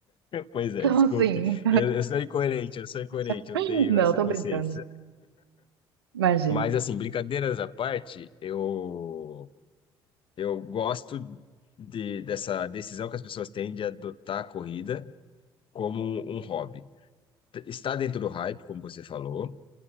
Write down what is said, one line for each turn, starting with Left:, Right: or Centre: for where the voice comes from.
Left: Pois é,
Right: Então,
Left: desculpe.
Right: assim.
Left: Eu, eu sou incoerente, eu sou incoerente,
Right: <laughs>
Left: eu tenho
Right: Não,
Left: essa
Right: tô
Left: consciência.
Right: brincando. Imagina.
Left: Mas assim, brincadeiras à parte, eu eu gosto de, dessa decisão que as pessoas têm de adotar a corrida como um um hobby. está dentro do hype, como você falou.